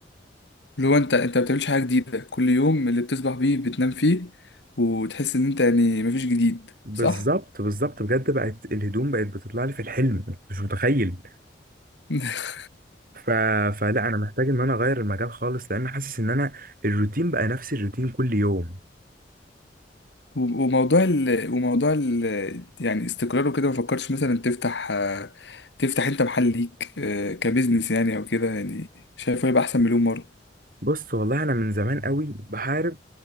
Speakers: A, on the left; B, on the right.
A: اللي هو انت انت ما بتعملش حاجه جديده كل يوم اللي بتصبح بيه بتنام فيه وتحس ان انت يعني مفيش جديد
B: بالظبط
A: صح
B: بالظبط بجد بقت الهدوم بقت بتطلع لي في الحلم مش متخيل
A: <laughs>
B: ف... فلا انا محتاج ان انا اغير المجال خالص لان حاسس ان انا الروتين بقى نفس الروتين كل يوم
A: و- وموضوع ال... وموضوع ال... يعني استقرار وكده ما فكرتش مثلا تفتح آه، تفتح انت محل ليك آه، كبزنس يعني او كده يعني شايفه يبقى احسن مليون مره
B: بص والله انا من زمان قوي بحارب